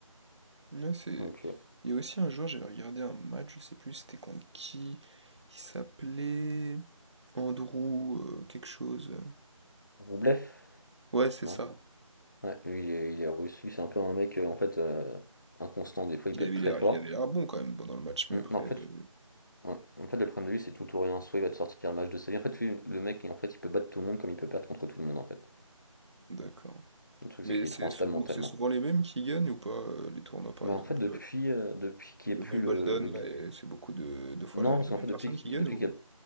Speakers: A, on the right (about 55°); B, on the left (about 35°).
A: Ouais, c'est...
B: Donc, heu,
A: Il y a aussi un jour, j'avais regardé un match, je sais plus c'était contre qui. Il s'appelait Andrew euh, quelque chose.
B: Roublev?
A: Ouais, c'est
B: Non?
A: ça.
B: Ouais, lui, il est il est russe, lui, c'est un peu un mec, heu, en fait, heu, inconstant. Des fois, il
A: Il
B: peut
A: avait
B: être très
A: l'air,
B: fort.
A: il avait l'air bon quand même pendant le match, mais
B: Mmh,
A: après,
B: en fait
A: euh,
B: Ouais. En fait, le problème de lui, c'est tout ou rien. Soit il va te sortir le match de sa vie. En fait, lui, le mec, en fait, il peut battre tout le monde comme il peut perdre contre tout le monde, en fait.
A: d'accord.
B: Le truc,
A: Mais
B: c'est qu'il
A: c'est
B: est trop instable
A: souvent,
B: mentalement.
A: c'est souvent les mêmes qui gagnent ou pas euh, les tournois par
B: Bah,
A: exemple.
B: en fait, depuis,
A: euh,
B: euh, depuis qu'il
A: Le
B: n'y a
A: Wimbledon,
B: plus le, le Big.
A: là, et c'est beaucoup de, de fois
B: Non,
A: la, la
B: parce qu'en
A: même
B: fait, depuis,
A: personne qui
B: qu'il-
A: gagne
B: depuis
A: ou
B: qu'il y a.